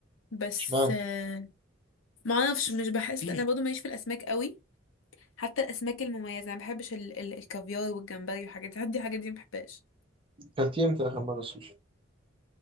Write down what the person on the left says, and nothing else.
بس
آه، معرفش مش بحس انا برضه ماليش في الاسماك قوي حتى الاسماك المميزه انا ما بحبش ال... ال... الكافيار والجمبري والحاجات دي حد الحاجات دي ما بحبهاش